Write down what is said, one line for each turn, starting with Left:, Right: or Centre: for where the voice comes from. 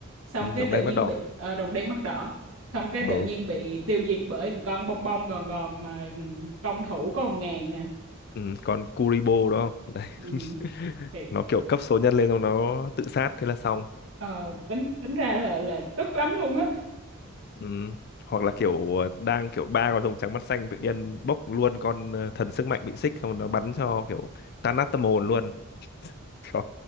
Right: xong
Left: ừ,
Right: cái
Left: đồng
Right: tự
Left: đen
Right: nhiên
Left: mắt đỏ
Right: bị ờ, rồng đen mắt đỏ xong cái
Left: ờ
Right: tự nhiên bị tiêu diệt bởi một con bông bông gòn gòn mà công thủ có một ngàn à
Left: ừ, còn Kuribo đúng không đấy
Right: ừ,
Left: <laughs>
Right: thiệt
Left: nó kiểu cấp số nhân lên xong nó tự sát thế là xong
Right: Ờ, tính tính ra là là tức lắm luôn á
Left: Ừ. Hoặc là kiểu ờ, đang kiểu ba con rồng trắng mắt xanh tự nhiên bốc luôn con ờ, thần sức mạnh bị xích xong rồi nó bắn cho kiểu tan nát tâm hồn luôn. <laughs> Trời,